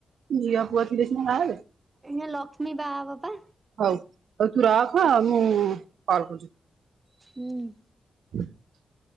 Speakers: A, on the right (about 85°); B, on the right (about 20°).
A: ଝିଅ ପୁଅ ଥିଲେ ସିନା ବାହାହେବେ।
B: ଏ ଲକ୍ଷ୍ମୀ ବାହା ହବପା।
A: ହଉ ହଉ ତୁ ରଖ ମୁଁ କଲ କରୁଛି।
B: ହୁଁଉ।
A: <inaudible>